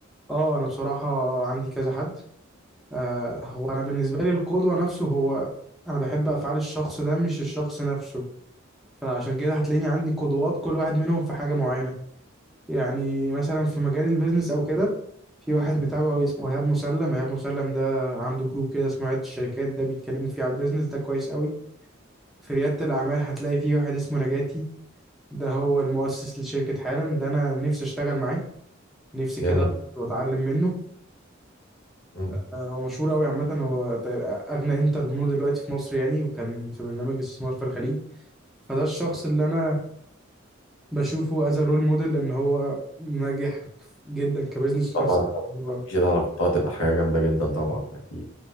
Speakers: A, in the centre; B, on the left.
A: أه أنا بصراحة عندي كذا حد آه هو انا بالنسبه لي القدوه نفسه هو انا بحب افعال الشخص ده مش الشخص نفسه فعشان كده هتلاقيني عندي قدوات كل واحد منهم في حاجه معينه يعني مثلا في مجال البيزنس او كده في واحد متابعه اسمه ايهاب مسلم ايهاب مسلم ده عنده جروب كده اسمه عيادة الشركات ده بيتكلموا فيه على البيزنس ده كويس قوي في رياده الاعمال هتلاقي فيه واحد اسمه نجاتي ده هو المؤسس لشركه حالا ده انا نفسي اشتغل معاه نفسي كده
B: جامد
A: واتعلم منه
B: مم.
A: آه، هو مشهور قوي عامة هو تق- أغنى انتربرنور دلوقتي في مصر يعني وكان في برنامج استثمار في الخليج فده الشخص اللي أنا بشوفه از رول موديل إن هو ناجح جدا كبزنس
B: طبعا
A: في نفس
B: طبعاً.
A: الوقت هو
B: مفيش ده على فترة تبقى حاجة جامدة جدا طبعا اكيد